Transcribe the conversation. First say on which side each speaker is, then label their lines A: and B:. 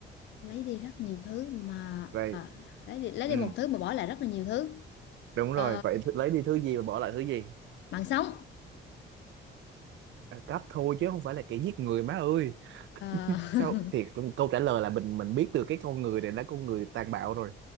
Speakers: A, on the left; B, on the right.
A: lấy đi rất nhiều thứ mà
B: vậy
A: ờ, lấy đi lấy
B: ừ
A: đi một thứ mà bỏ lại rất là nhiều thứ
B: đúng
A: Ờ,
B: rồi vậy th- lấy đi thứ gì và bỏ lại thứ gì
A: mạng sống
B: À, cắp thôi chứ không phải là kẻ giết người má ơi
A: Ờ, <laughs>
B: sao thiệt câu trả lời là mình mình biết được cái con người này là con người tàn bạo rồi